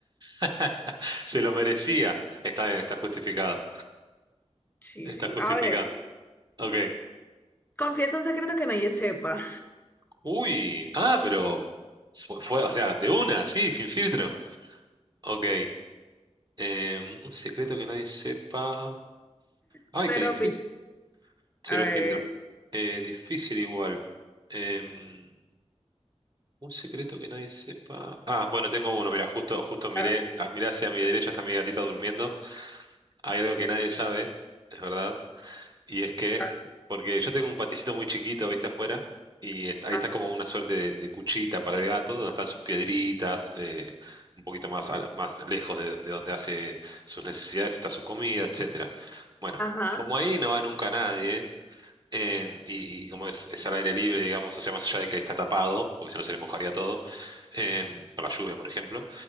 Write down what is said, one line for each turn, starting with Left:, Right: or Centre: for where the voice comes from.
Right: <laughs> Se lo merecía. Está bien, está justificado.
Left: Sí,
Right: Está
Left: sí,
Right: justificado.
Left: a ver.
Right: Ok.
Left: Confiesa un secreto que nadie sepa.
Right: Uy. Ah, pero fue, fue, o sea, de una, sí, sin filtro. Ok. Em, un secreto que nadie sepa. Ay,
Left: Cero
Right: qué difícil.
Left: pi-
Right: Cero
Left: A ver,
Right: filtro. Eh, difícil igual. Em, un secreto que nadie sepa. Ah, bueno, tengo uno. Mira, justo, justo miré,
Left: a ver,
Right: ah, miré hacia mi derecha está mi gatita durmiendo. Hay algo que nadie sabe, es verdad. Y es que,
Left: a ver,
Right: porque yo tengo un paticito muy chiquito, viste, afuera, y está- ahí
Left: a-
Right: está como una suerte de, de cuchita para el gato, donde están sus piedritas, eh, un poquito más, a la- más lejos de, de donde hace sus necesidades, está su comida, etcétera. Bueno,
Left: Ajá.
Right: como ahí no va nunca nadie, em, y, y como es, es al aire libre, digamos, o sea, más allá de que ahí está tapado, porque si no se le mojaría todo, em, con la lluvia, por ejemplo,